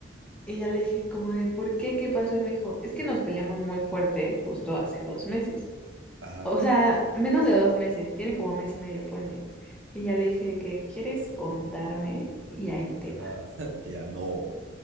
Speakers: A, in the centre; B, on the right.
A: Y ya le dije como de, ¿por qué? ¿Qué pasó? Y me dijo, es que nos peleamos muy fuerte justo hace dos meses.
B: Ajá.
A: O sea, menos de dos meses, tiene como mes y medio, ponle. Y ya le dije que, ¿quieres contarme? Y ahí te
B: Ajá.
A: va.
B: <laughs> Y Ya no.